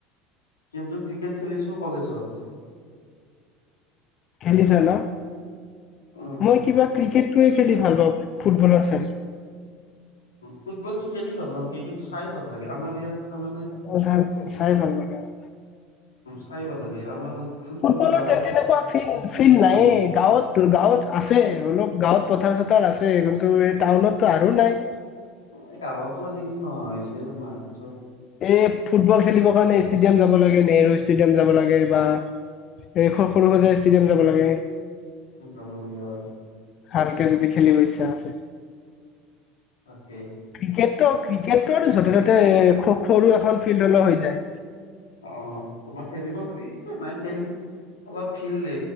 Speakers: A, on the left (about 85°); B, on the left (about 45°).
A: কিন্তু ক্ৰিকেট খেলিছো কলেজত।
B: খেলিছে ন।
A: উম
B: মই কিবা ক্ৰিকেটয়ে খেলি ভাল ফুটবলৰ চ
A: ফুটবলতটো খেলি ভাল নালাগে কিন্তু চাই ভাল লাগে আমাৰ ইয়াত তাৰমানে
B: অ চ
A: ফুট
B: চাই ভাল লাগে আৰু
A: খাই ভাল লাগে আমাৰ ফুটবলটো
B: ফুটবলত
A: গাঁৱত
B: তেনেকুৱা ফিল
A: খেলি
B: ফিল্ড
A: ভাল
B: নাইয়ে
A: নালাগে।
B: গাঁৱত গাঁৱত আছে আছে অলপ গাঁৱত পথাৰ চথাৰ আছে কিন্তু এই টাউনতো আৰু নাই
A: এই কৱতো আজিকালি নহয় হৈছে তো মাৰছ
B: এই ফুটবল খেলিবৰ কাৰণে ষ্টেডিয়াম যাব লাগে নেহেৰু ষ্টেডিয়াম যাব লাগে বা এই সৰু সজা ষ্টেডিয়াম যাব লাগে
A: যাব লাগে হয়
B: ভালকে যদি খেলিব ইচ্ছা আছিল।
A: অকে
B: ক্ৰিকেটটো ক্ৰিকেটটো আৰু য'তে ত'তে সৰু এখন ফিল্ড হলে হৈ যায়
A: অঁ তোমাৰ খেলিব পাৰি নাই খেল অলপ ফিল্